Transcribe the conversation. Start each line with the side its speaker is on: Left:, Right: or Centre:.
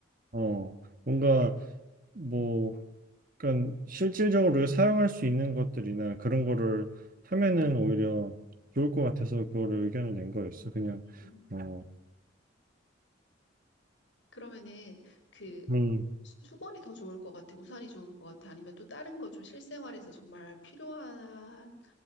Right: 어. 뭔가 뭐 그러니까 실질적으로 사용할 수 있는 것들이나 그런 거를 하면은 오히려 좋을 것 같아서 그거를 의견을 낸 거였어. 그냥
Left: 음.
Right: 어,
Left: 그러면은 그
Right: 음,
Left: 수- 수건이 더 좋을 것 같아. 우산이 좋을 것 같아. 아니면 또 다른 거 좀 실생활에서 정말 필요한,